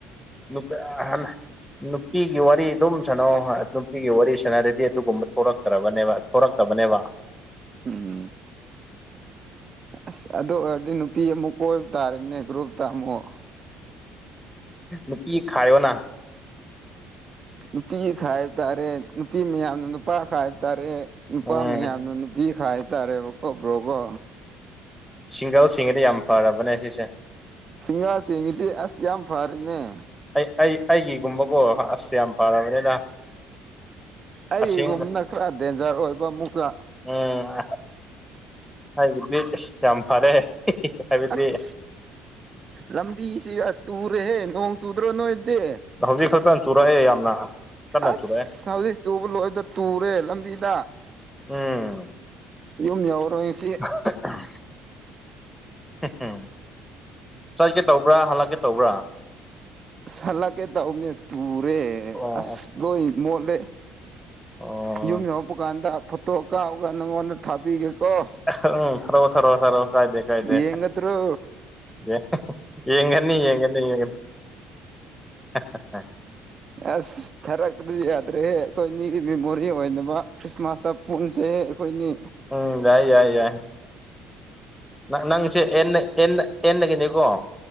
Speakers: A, in the centre; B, on the right.
A: <unintelligible> ꯅꯨꯄꯤꯒꯤ ꯋꯥꯔꯤ ꯑꯗꯨꯝ ꯁꯥꯟꯅꯧ ꯅꯨꯄꯤꯒꯤ ꯋꯥꯔꯤ ꯁꯥꯟꯅꯔꯗꯤ ꯑꯗꯨꯒꯨꯝꯕ ꯊꯣꯔꯛ ꯇ꯭ꯔꯕꯅꯦꯕ ꯊꯣꯔꯛꯇꯕꯅꯦꯕ
B: ꯎꯝ ꯑꯁ ꯑꯗꯨ ꯑꯣꯏꯔꯗꯤ ꯅꯨꯄꯤ ꯑꯃꯨꯛ ꯀꯣꯏꯕ ꯇꯥꯔꯦꯅꯦ ꯒ꯭ꯔꯨꯞꯇ ꯑꯃꯨꯛ
A: ꯅꯨꯄꯤ ꯈꯥꯏꯌꯣꯅ
B: ꯅꯨꯄꯤ ꯈꯥꯏꯕ ꯇꯥꯔꯦ ꯅꯨꯄꯤ ꯃꯌꯥꯝꯅ ꯅꯨꯄꯥ ꯈꯥꯏꯕ ꯇꯥꯔꯦ ꯅꯨꯄꯥ
A: ꯎꯝ
B: ꯃꯌꯥꯝꯅ ꯅꯨꯄꯤ ꯈꯥꯏꯕ ꯇꯥꯔꯦꯕ ꯀꯣ ꯕ꯭ꯔꯣꯀꯣ
A: ꯁꯤꯡꯒꯜ ꯁꯤꯡꯒꯤꯗꯤ ꯌꯥꯝ ꯐꯔꯕꯅꯦ ꯁꯤꯁꯦ
B: ꯁꯤꯡꯒꯜꯁꯤꯡꯒꯤꯗꯤ ꯑꯁ ꯌꯥꯝ ꯐꯔꯤꯅꯤ
A: ꯑꯩ ꯑꯩ ꯑꯩꯒꯤꯒꯨꯝꯕꯀꯣ ꯑꯁ ꯌꯥꯝ ꯐꯔꯕꯅꯤꯅ
B: ꯑꯩꯒꯤꯒꯨꯝꯕꯅ
A: ꯑꯁꯦꯡꯕ
B: ꯈꯔ ꯗꯦꯟꯖꯔ ꯑꯣꯏꯕ ꯑꯃꯨꯛꯀ
A: ꯎꯝ ꯑꯩꯒꯤꯗꯤ ꯌꯥꯝ ꯐꯔꯦ ꯍꯥꯏꯕꯗꯤ
B: ꯑꯁ ꯂꯝꯕꯤꯁꯤ ꯇꯨꯔꯦꯍꯦ ꯅꯣꯡ ꯆꯨꯗ꯭ꯔꯣ ꯅꯣꯏꯗꯤ
A: ꯍꯧꯖꯤꯛ ꯈꯛꯇ ꯆꯨꯔꯛꯑꯦ ꯌꯥꯝꯅ ꯀꯟꯅ
B: ꯑꯁ
A: ꯆꯨꯔꯛꯑꯦ
B: ꯍꯧꯖꯤꯛ ꯆꯨꯕ ꯂꯣꯏꯕꯗ ꯇꯨꯔꯦ ꯂꯝꯕꯤꯗ
A: ꯎꯝ
B: ꯌꯨꯝ ꯌꯧꯔꯣꯢ ꯉꯁꯤ
A: <inaudible> ꯆꯠꯒꯦ ꯇꯧꯕ꯭ꯔꯥ ꯍꯜꯂꯛꯀꯦ ꯇꯧꯕ꯭ꯔꯥ
B: ꯑꯁ ꯍꯜꯂꯛꯀꯦ ꯇꯧꯕꯅꯦ ꯇꯨꯔꯦ
A: ꯑꯣ
B: ꯑꯁ ꯂꯣꯢ ꯃꯣꯠꯂꯦ
A: ꯑꯣ ꯎꯝ
B: ꯌꯨꯝ ꯌꯧꯔꯛꯄ ꯀꯥꯟꯗ ꯑ ꯐꯣꯇꯣ ꯀꯥꯞꯑꯒ ꯅꯪꯉꯣꯟꯗ ꯊꯥꯕꯤꯒꯦꯀꯣ
A: ꯑꯍꯥ ꯎꯝ ꯊꯥꯔꯣ ꯊꯔꯣ ꯊꯔꯣ ꯀꯥꯏꯗꯦ ꯀꯥꯏꯗꯦ
B: ꯌꯦꯡꯒꯗ꯭ꯔꯣ
A: ꯌꯦꯡ ꯌꯦꯡꯒꯅꯤ ꯌꯦꯡꯒꯅꯤ ꯌꯦꯡꯒꯅꯤ <inaudible>
B: ꯑꯁ ꯊꯥꯔꯛꯇꯗꯤ ꯌꯥꯗ꯭ꯔꯦꯍꯦ ꯑꯩꯈꯣꯏꯅꯤꯒꯤ ꯃꯦꯃꯣꯔꯤ ꯑꯣꯏꯅꯕ ꯈ꯭ꯔꯤꯁꯃꯥꯁꯇ ꯄꯨꯟꯁꯦ ꯑꯩꯈꯣꯏꯅꯤ
A: ꯎꯝ ꯌꯥꯏ ꯌꯥꯏ ꯌꯥꯏ ꯅꯪ ꯅꯪꯁꯦ ꯑꯦꯟ ꯑꯦꯟ ꯑꯦꯟꯗꯒꯤꯅꯤꯀꯣ